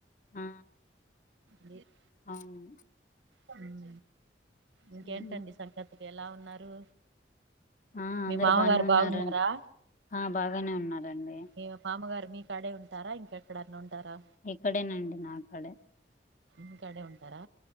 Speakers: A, on the left; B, on the right.
A: ఆ
B: లెద్
A: అవును
B: హ్మ్ ఇంకేంటండి
A: ఉమ్.
B: సంగతులు ఎలా ఉన్నారు
A: ఆ అందరు
B: మీ మామగారు
A: బానే ఉన్నారం
B: బాగున్నారా
A: ఆ బాగానే ఉన్నారండి
B: మీ మామగారు మీ కాడే ఉంటారా ఇంకెక్కడన్న ఉంటారా
A: ఇక్కడేనండి నాకడే
B: మీ కాడే ఉంటారా